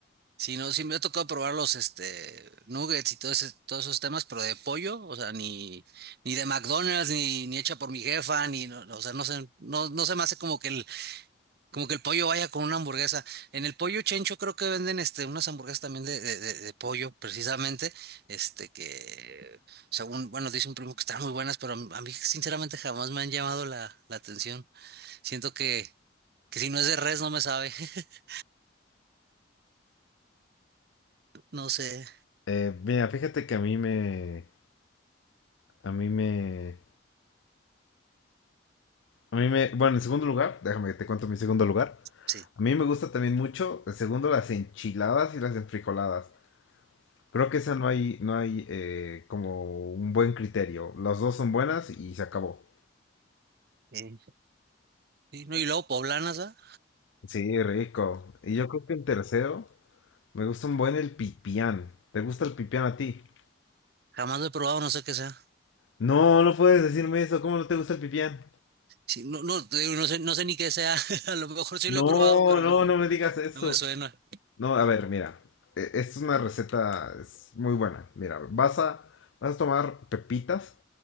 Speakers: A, on the right; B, on the left.
A: Sí, no, sí me ha tocado probar los este nuggets y todo ese- todos esos temas, pero de pollo, o sea, ni, ni de McDonald's, ni, ni hecha por mi jefa, ni no, no, o sea, no sé, no, no se me hace como que el, como que el pollo vaya con una hamburguesa. En el pollo chencho creo que venden este unas hamburguesas también de, de, de- de pollo, precisamente, este que según, bueno, dice un primo que están muy buenas, pero a mí a mí sinceramente jamás me han llamado la, la atención. Siento que, que si no es de res no me sabe, <laughs> no sé,
B: Eh, mira, fíjate que a mí me... A mí me... A mí me... Bueno, en segundo lugar, déjame que te cuento mi segundo lugar.
A: sí.
B: A mí me gusta también mucho, en segundo, las enchiladas y las enfrijoladas. Creo que esa no hay, no hay eh, como un buen criterio. Las dos son buenas y se acabó.
A: Sí, Sí, no, y luego poblanas, ¿ah?
B: Sí, rico. Y yo creo que el tercero, me gusta un buen el pipián. ¿Te gusta el pipián a ti?
A: Jamás lo he probado, no sé qué sea.
B: No, no puedes decirme eso. ¿Cómo no te gusta el pipián?
A: Sí, no, no, te digo, no sé, no sé ni qué sea. <laughs> A lo mejor sí lo
B: No,
A: he probado, pero
B: no,
A: no,
B: no me digas eso.
A: no me suena.
B: No, a ver, mira. e- Esta es una receta es muy buena. Mira, vas a, vas a tomar pepitas,